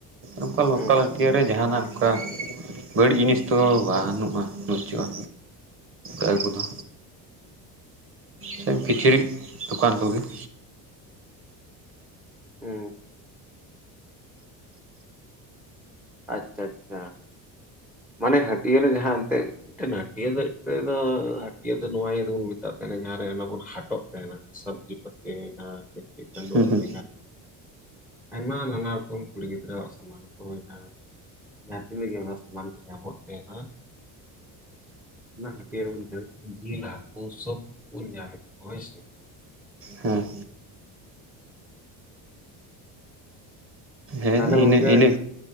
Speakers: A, on the right; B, in the centre.
A: ᱚᱱᱠᱟ
B: ᱦᱩᱸ
A: ᱞᱳᱠᱟᱞ ᱦᱟᱹᱴᱤᱭᱟᱹ ᱨᱮ ᱡᱟᱦᱟᱸᱱᱟᱜ ᱚᱱᱠᱟ ᱵᱟᱹᱲᱤᱡ ᱡᱤᱱᱤᱥ ᱛᱚ ᱵᱟᱹᱱᱩᱜᱼᱟ ᱵᱟᱹᱪᱩᱜᱼᱟ ᱚᱱᱟ <inaudible> ᱠᱚ ᱫᱚ ᱥᱮ ᱠᱤᱪᱨᱤᱡ ᱫᱚᱠᱟᱱ ᱠᱚ ᱜᱮ <inaudible>
B: ᱦᱩᱸ ᱟᱪᱪᱷᱟ ᱟᱪᱪᱷᱟ ᱢᱟᱱᱮ ᱦᱟᱹᱴᱭᱟᱹ ᱨᱮ ᱡᱟᱦᱟᱸ ᱮᱱᱛᱮ ᱮᱛ <inaudible> ᱦᱟᱹᱴᱭᱟᱹ ᱫᱚ ᱦᱟᱹᱴᱭᱟᱹ ᱫᱚ ᱱᱚᱣᱟ ᱤᱭᱟᱹ ᱫᱚᱵᱚᱱ ᱢᱮᱛᱟᱜ ᱠᱟᱱᱟ ᱡᱟᱦᱟᱸ ᱨᱮ ᱚᱱᱮ ᱵᱚᱱ ᱦᱟᱴᱚᱜ ᱥᱚᱵᱽᱡᱤ ᱯᱟᱹᱛᱤ ᱟᱨ ᱠᱤᱪᱨᱤᱡ ᱠᱷᱟᱹᱰᱩᱣᱟ.
A: ᱦᱩᱸ
B: ᱦᱚᱸ ᱦᱮᱱᱟᱜ ᱟᱭᱢᱟ ᱱᱟᱱᱟ ᱨᱚᱠᱚᱢ ᱠᱩᱲᱤ ᱜᱤᱫᱽᱨᱟᱹᱣᱟᱜ ᱥᱟᱢᱟᱱ ᱠᱚ ᱦᱮᱱᱟᱜ-ᱟ ᱡᱟᱦᱟ ᱛᱤᱱᱟᱹ ᱜᱮ ᱟᱭᱢᱟ ᱥᱟᱢᱟᱱ ᱠᱚ ᱧᱟᱢᱚᱜ ᱛᱟᱦᱮᱸᱱᱟ ᱚᱱᱟ ᱦᱟᱹᱴᱭᱟᱹ ᱨᱮᱫᱚ ᱡᱤᱞ ᱦᱟᱹᱠᱩ ᱥᱳᱵ ᱧᱟᱢᱚᱜ ᱦᱳᱭᱥᱮ
A: ᱦᱮᱸ ᱦᱮ
B: ᱛᱟᱦᱚᱞᱮ ᱜᱚᱝᱠᱮ
A: ᱤᱱᱟᱹ ᱤᱱᱟᱹ